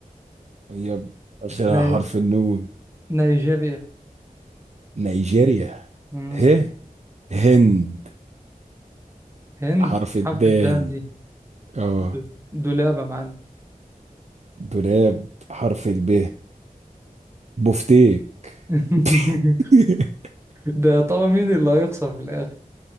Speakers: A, on the right (about 50°); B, on the right (about 20°).
A: يب آخرها
B: ني...
A: حرف النون
B: نيجيريا
A: نيجيريا
B: مم.
A: ه هند
B: هند
A: حرف الدال
B: حرف الدال دي
A: اه
B: د- دولابة يا معلم
A: دولاب حرف الب بفتيك
B: <laughs>
A: <laughs>
B: ده طبعا مين اللي هيخسر في الآخر